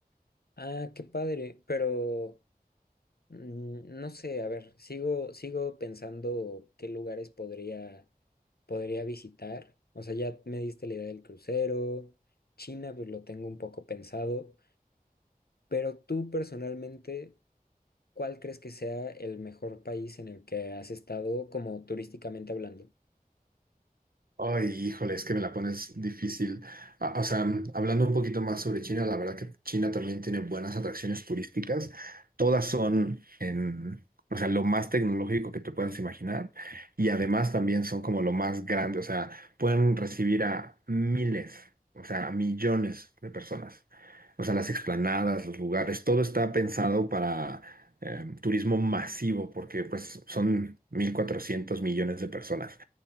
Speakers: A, on the left; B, on the right.
A: Ah, qué padre, pero mm, no sé, a ver, sigo, sigo pensando qué lugares podría podría visitar. O sea, ya me diste la idea del crucero, China, pues lo tengo un poco pensado, pero tú personalmente, ¿cuál crees que sea el mejor país en el que has estado como turísticamente hablando?
B: Ay, híjole, es que me la pones difícil. Ah, o sea, hablando un poquito más sobre China, la verdad que China también tiene buenas atracciones turísticas. Todas son en, o sea, lo más tecnológico que te puedas imaginar. Y además también son como lo más grande. O sea, pueden recibir a miles, o sea, a millones de personas. O sea, las explanadas, los lugares, todo está pensado para eh, turismo masivo, porque pues son 1.400 millones de personas.